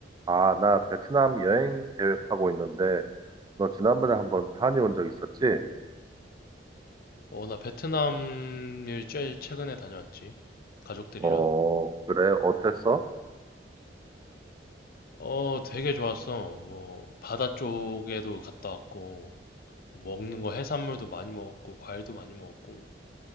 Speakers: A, on the right (about 25°); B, on the left (about 55°).
A: 아, 나 베트남 여행 계획하고 있는데, 너 지난번에 한번 타니 온 적 있었지?
B: 어, 나 베트남을 제일 최근에 다녀왔지. 가족들이랑.
A: 어, 그래, 어땠어?
B: 어, 되게 좋았어. 뭐, 바다 쪽에도 갔다 왔고, 뭐 먹는 거 해산물도 많이 먹었고, 과일도 많이 먹었고.